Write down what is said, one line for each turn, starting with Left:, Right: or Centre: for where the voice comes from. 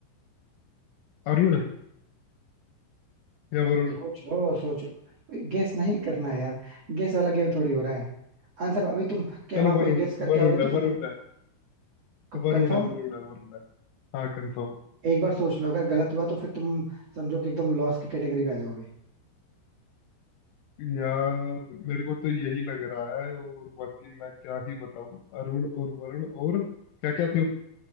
Left: अरुण या वरुण
Right: सोच लो सोच लो गेस नहीं करना है यार गेस वाला गेम थोड़ी हो रहा है आंसर अभी तुम क्या
Left: चलो
Right: वहां
Left: वरुण
Right: पे गेस करके
Left: वरुण
Right: आओगे तो
Left: है
Right: फिर
Left: वरुण
Right: तुम
Left: है वरुण
Right: कंफर्म
Left: है वरुण है वरुण है हाँ कंफर्म
Right: एक बार सोच लो अगर गलत हुआ तो फिर तुम समझो कि एकदम लॉस की कैटेगरी में आ जाओगे
Left: यार मेरे को तो यही लग रहा है और बाकी मैं क्या ही बताऊं अरुण और वरुण और क्या क्या थे